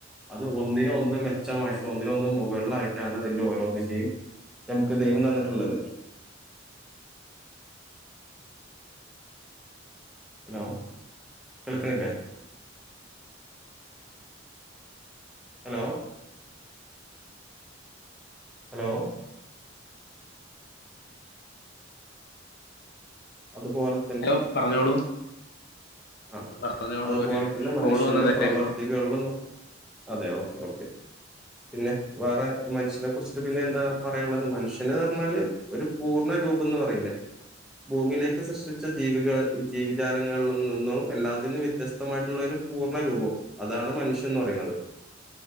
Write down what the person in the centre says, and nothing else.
അത് ഒന്നിനോന് ഒന്ന് മെച്ചമായിട്ട് ഒന്നിന ഒന്ന് മുകളിലായിട്ടാണ് അതിന്റെ ഓരോന്നിന്റെയും നമുക്ക് ദൈവം തന്നിട്ടുള്ളത് ഹലോ കേൾക്കണ്ല്ലേ ഹലോ ഹലോ അതുപോലെ
ആ
അതുപോലെ
തന്നെ മനുഷ്യന്റെ
പ്രവർത്തികളിലും അതെ ഓക്കെ ഓക്കേ പിന്നെ വേറെ മനുഷ്യനെ കുറിച്ചിട്ട് പിന്നെ എന്താ പറയാനുള്ളത് മനുഷ്യന് പറഞ്ഞാല് ഒരു പൂർണ്ണ രൂപംന്ന് പറയൂലേ ഭൂമിയിലേക്ക് സൃഷ്ടിച്ച ജീവികൾ ജീവിജാലങ്ങളിൽ നിന്നും എല്ലാത്തിൽ നിന്നും വ്യത്യസ്ത- വിത്യസ്തമായിട്ടുള്ള ഒരു പൂർണ്ണരൂപം അതാണ് മനുഷ്യൻ എന്ന് പറയുന്നത്